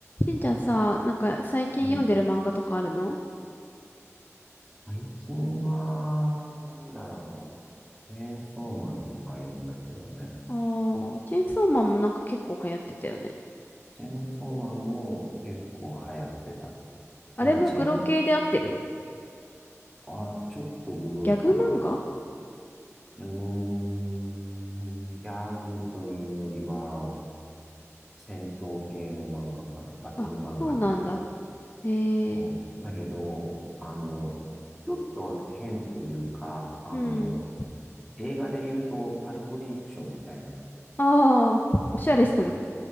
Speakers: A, on the left; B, in the centre.
A: しんちゃんさ、なんか最近読んでる漫画とかあるの
B: うん。最近は、なんだろうな。チェーンソーマンとか読んだけどね。
A: ああー、チェーンソーマンもなんか結構流行ってたよね。
B: チェーンソーマンも結構流行ってた。
A: あれもグロ系で合ってる
B: でもチェーン、あー、ちょっとグロいかな。
A: ギャグ漫画
B: うーん、ギャグというよりは、戦闘系の漫画かな。バトル漫画みたいな。
A: あ、そうなんだ。へえ、
B: そう。だけど、あの、ちょっと変というか、あの、
A: うん。
B: 映画で言うと、パルプフィクションみたいな。
A: ああ、おしゃれしたね。
B: なん